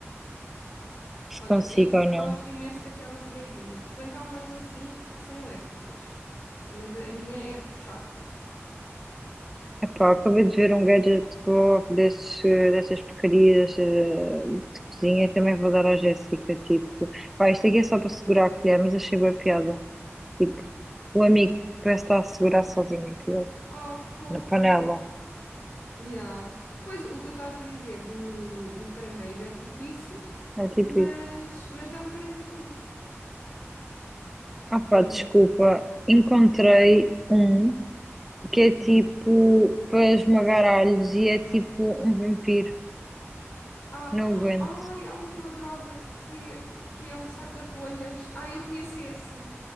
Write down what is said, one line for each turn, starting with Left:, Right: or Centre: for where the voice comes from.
Centre: se
Left: Olha,
Centre: consigo
Left: eu
Centre: ou não.
Left: gosto imenso daquela bodeguinha. Se bem que há umas assim que são elétricas. Mas a a minha é de puxar.
Centre: Epá, acabei de ver um gadget que vou- desses, eh, dessas porcarias eh, de cozinha, também vou dar à Jéssica, tipo, pá, isto aqui é só para segurar a colher, mas achei boa piada. Tipo, o amigo que parece estar a segurar sozinho a colher,
Left: Oh, que fofo.
Centre: na panela,
Left: Yeah. Pois, o que eu estava a te dizer do, do caranguejo é tipo isso,
Centre: é tipo
Left: mas,
Centre: isso.
Left: mas é um caranguejinho.
Centre: Ah pá,
Left: E é
Centre: desculpa,
Left: muito giro.
Centre: encontrei um que
Left: Hum.
Centre: é tipo para esmagar alhos e é tipo um vampiro,
Left: Ah,
Centre: não aguento.
Left: ai, há um que eu adorava ter, que é um saca-rolhas. Ah, eu conheço esse.